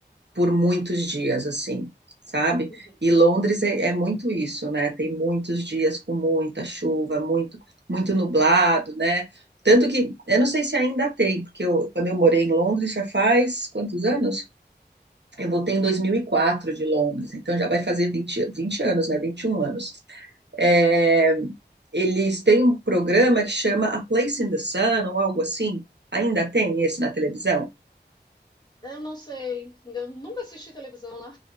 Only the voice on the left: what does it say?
Uhum.
Eu não sei, eu nunca assisti televisão, né?